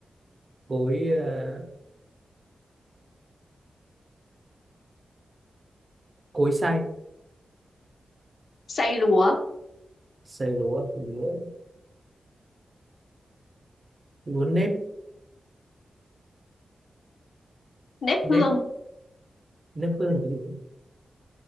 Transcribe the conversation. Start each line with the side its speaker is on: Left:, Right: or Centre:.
Right: cối à, cối xay
Left: xay lúa
Right: xay lúa lúa lúa nếp
Left: nếp
Right: nếp
Left: hương
Right: nếp hương là cái gì cơ?